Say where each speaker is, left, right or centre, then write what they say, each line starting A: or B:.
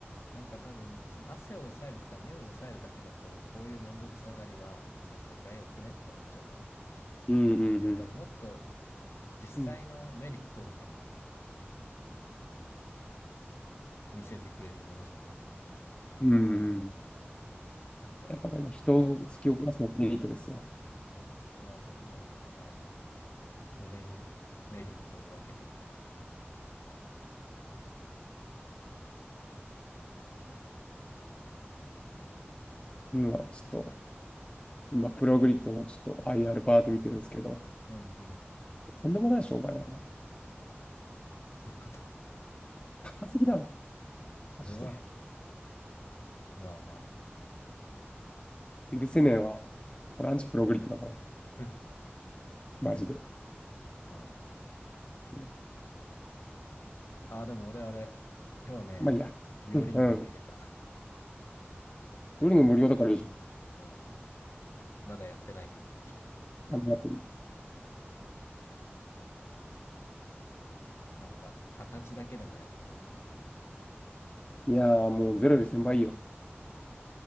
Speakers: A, on the left; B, on the left.
A: なんか多分、その汗を抑えるとか匂いを抑えるだけだと、こういうめんどくさがりは別にそれくらいよくねって思っちゃうから、
B: うん。うんうん
A: やっぱりもっと実際のメリットをね、
B: うん。うん。
A: 見せてくれるものじゃないとね、
B: うんうん。
A: やっぱり。
B: やっぱりね、人を突き起こすのはメリットですよ。
A: そうそうそう。なんで、もう、あの、俺にメリットを分けてくれという感じですわ。
B: 今、ちょっと、今、プログリッドのちょっと IR パーって見てるんですけど、
A: うんうん。
B: とんでもない商売だな。
A: そういうこと。
B: 高すぎだろ。
A: それは、
B: マジで。
A: まあまあま
B: 許せねえわ。こラアンチプログリッドだから。
A: あ
B: マジで。
A: <laughs>。まあ、
B: うん、
A: ああ、でも俺あれ、今日ね、
B: まあいいや。
A: ビオリンゴを入れた。
B: うん。うん。ドリング無料だからいいじゃん。
A: <laughs> うん。まだやってないけど、
B: ダメアプリ。
A: なんか、形だけでもやっとこうかなと思う。
B: いやーもうゼロより1000倍いいいよ。